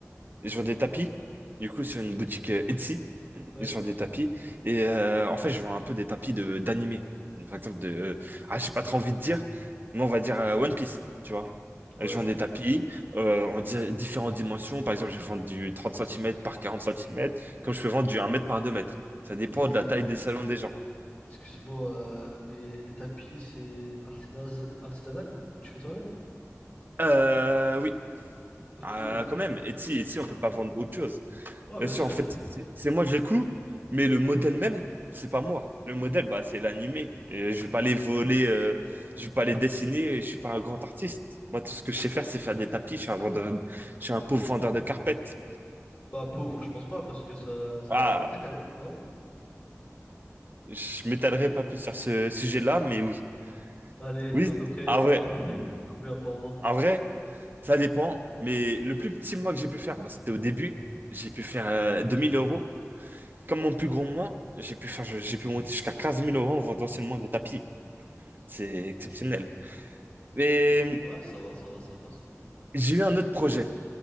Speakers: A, on the right (about 40°); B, on the left (about 30°).
A: je vends des tapis, du coup, sur une boutique euh, Etsy.
B: Ouais,
A: Je vends des tapis. Et euh, en fait, je vends un peu des tapis de d'animé. Par exemple, de. euh, Ah, j'ai pas trop envie de dire, mais on va dire euh, One Piece, tu vois.
B: ouais.
A: Euh, Je vends des tapis euh, en di- différentes dimensions. Par exemple, je vends du 30 centimètres par 40 centimètres, comme je peux vendre du un mètre par 2 mètres. Ça dépend
B: Et,
A: de la taille des salons des gens.
B: excuse-moi, euh, mais les tapis, c'est artisanal, artisanal que tu fais toi-même?
A: Euh, oui,
B: Ok,
A: Euh,
B: ça
A: quand même.
B: va.
A: Etsy, Etsy, on peut pas vendre autre chose.
B: Ouais,
A: Bien
B: bien
A: sûr,
B: sûr.
A: en fait, c'est c'est moi, je l'écoute, mais le modèle même, c'est pas moi. Le modèle, bah, c'est l'animé. Et Je vais pas les voler, euh, je vais pas les dessiner, je suis pas un grand artiste. Moi, tout ce que je sais faire, c'est faire des tapis. Je suis un vendeur, je suis un pauvre vendeur de carpettes.
B: Bah, pauvre, je pense pas, parce que ça, ça
A: Ah,
B: doit rapporter quand même, non?
A: je m'étalerai pas plus sur ce sujet-là, mais oui.
B: Allez,
A: Oui,
B: à peu près,
A: en vrai,
B: à peu près combien par mois?
A: en vrai, ça dépend. Mais le plus petit mois que j'ai pu faire, bah, c'était au début. J'ai pu faire euh, 2000 euros. Comme mon plus gros mois, j'ai pu faire, j'ai pu monter jusqu'à 15 000 euros en vendant seulement des tapis. C'est exceptionnel. Mais
B: Ouais, ça va, ça va, ça passe.
A: j'ai eu un autre projet,